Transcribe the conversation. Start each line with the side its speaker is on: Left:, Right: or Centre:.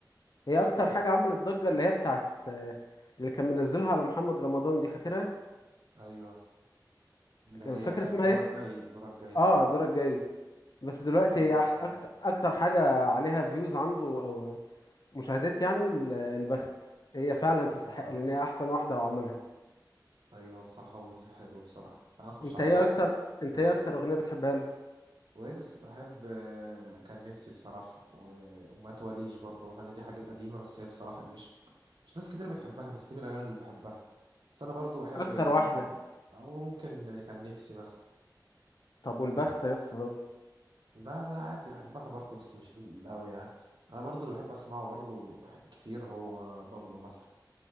Left: هي اكتر حاجه
Right: اه
Left: عملت ضجه اللي هي بتاعت آه، اللي كان منزلها على محمد رمضان دي فاكرها
Right: ايوه اللي
Left: كان-
Right: هي
Left: فاكر اسمها
Right: دورك
Left: ايه
Right: جاي دورك جاي
Left: اه دورك جاي بس دلوقتي
Right: دي
Left: هي
Right: برضه
Left: أح-
Right: من
Left: أكت- اكتر حاجه عليها فيوز عنده او مشاهدات يعني ال- البخت هي فعلا تستحق
Right: اه
Left: لان هي احسن واحده وعملها
Right: ايوه بصراحة ويجز حلو بصراحة تعال نخش
Left: انت
Right: على
Left: ايه
Right: بابلو
Left: اكتر انت
Right: اه
Left: ايه اكتر اغنيه بتحبها له
Right: ويجز بحب آه، كان نفسي بصراحة و- وما تواليش برضه الأغاني دي حاجات قديمة بس هي بصراحة مش مش ناس كتير بتحبها بس دي من الأغاني اللي بحبها بس أنا برضه بحب
Left: اكتر
Right: آه،
Left: واحده
Right: هو ممكن كان نفسي مثلا
Left: طب والبخت يا اسطى طب
Right: لا لا عادي بحبها برضه بس مش قوي يعني أنا برضه اللي بحب أسمعه برضه ح- كتير هو بابلو مثلا